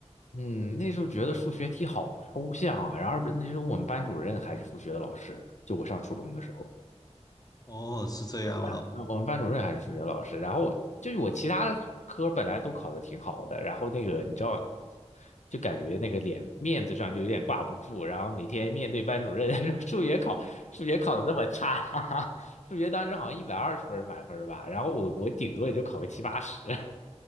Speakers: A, on the left; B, on the left.
A: 嗯，那时候觉得数学题好抽象啊，然后那时候我们班主任还是数学的老师，就我上初中的时候。
B: 哦，是这样啊，
A: 我们班呃我们班主任还是数学老师，然后就是我其他科本来都考的挺好的，然后那个你知道，就感觉那个脸面子上就有点挂不住，然后每天面对班主任 <laughs> 说数学考数学考的那么差，哈哈数学当时好像一百二十分儿满分儿吧，然后我我顶多也就考个七八十。<laughs>